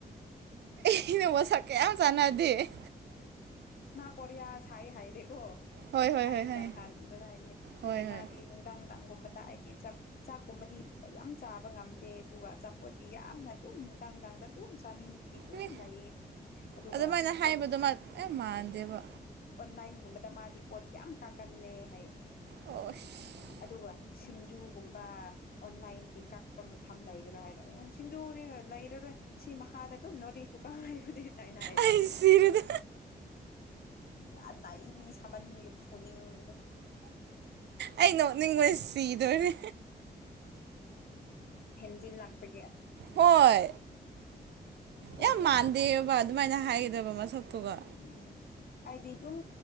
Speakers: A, on the right (about 85°); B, on the left (about 60°).
A: ꯁꯤꯅ ꯃꯁꯛꯀꯌꯥꯝ ꯆꯥꯟꯅꯗꯦ
B: ꯄꯔꯤꯌꯥ ꯍꯥꯏ ꯍꯥꯏ ꯗꯣ
A: ꯍꯣꯏ ꯍꯣꯏ
B: ꯑꯩꯅ
A: ꯍꯣꯏ ꯈꯪꯉꯦ
B: ꯍꯥꯟꯕ ꯍꯥꯏꯕꯅꯤ
A: ꯍꯣꯏ
B: ꯑꯗꯨꯒꯤ
A: ꯍꯣꯏ
B: ꯃꯥꯗꯤ ꯅꯨꯡꯗꯥꯡ ꯅꯨꯡꯗꯥꯡꯒꯨꯝꯕ ꯍꯥꯏꯗꯤ ꯆꯥꯛ ꯆꯥꯛꯀꯨꯝꯕꯗꯤ ꯌꯥꯝ ꯆꯥꯕ ꯉꯝꯗꯦ ꯑꯗꯨꯒ ꯑꯆꯥꯄꯣꯠꯇꯤ ꯌꯥꯝꯅ ꯑꯗꯨꯝ ꯅꯨꯡꯗꯥꯡꯗꯥꯡ ꯑꯗꯨꯝ ꯆꯥꯅꯤꯡꯒꯤ ꯑꯗꯨ
A: ꯑꯦ
B: ꯂꯩꯌꯦ ꯑꯗꯨꯒ
A: ꯑꯗꯨꯃꯥꯏꯅ ꯍꯥꯏꯕꯗꯨꯃ
B: ꯑꯣꯟ
A: ꯌꯥꯝ ꯃꯥꯟꯗꯦꯕ
B: ꯅꯥꯏꯟꯒꯨꯝꯕꯗ ꯃꯥꯗꯤ ꯄꯣꯠ ꯌꯥꯝ ꯀꯥꯒꯜꯂꯦ ꯍꯥꯏ
A: ꯑꯣ ꯑꯁ
B: ꯑꯗꯨꯒ ꯁꯤꯡꯖꯨꯒꯨꯝꯕ ꯑꯣꯟꯂꯥꯏꯟꯒꯤ ꯀꯛꯄ ꯃꯐꯝ ꯂꯩꯕ꯭ꯔꯥ ꯍꯥꯏꯔꯛꯑꯦ ꯁꯤꯡꯖꯨꯗꯤ ꯂꯩꯔꯔꯣꯏ ꯁꯤ ꯃꯈꯥꯗ ꯑꯗꯨꯝ ꯅꯣꯔꯠ ꯏꯁꯇꯨꯀ ꯍꯥꯏꯕꯅꯤꯅ ꯑꯩꯅ ꯍꯥꯏꯕ
A: ꯑꯩ ꯁꯤꯔꯦꯗ
B: ꯑꯗ ꯑꯩꯅꯤ ꯁꯥꯃꯟꯒꯤ ꯐꯨꯅꯤꯡꯕꯗ
A: ꯑ ꯅꯣꯛꯅꯤꯡꯕ ꯁꯤꯗꯣꯔꯦ
B: ꯍꯟꯖꯤꯜ ꯂꯥꯛꯄ
A: ꯍꯣꯏ
B: ꯀꯣꯔꯤꯌꯥ
A: ꯌꯥꯝ ꯃꯥꯟꯗꯦꯕ
B: ꯁꯥꯃꯟ
A: ꯑꯗꯨꯃꯥꯏꯅ ꯍꯥꯏꯒꯗꯕ ꯃꯁꯛꯇꯨꯒ
B: ꯎꯝ ꯑꯩꯗꯤ ꯑꯗꯨꯝ